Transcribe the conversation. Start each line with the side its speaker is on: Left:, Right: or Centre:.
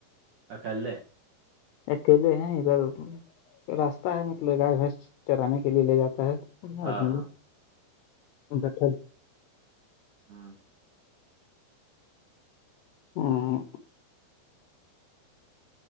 Right: اکل
Left: اکیلے ہیں ادھر راستہ ہے مطلب گائے بھینس چرانے کے لیے لے جاتا ہے
Right: ہاں
Left: آدمی
Right: ہاں
Left: بیھا
Right: ہاں
Left: ہاں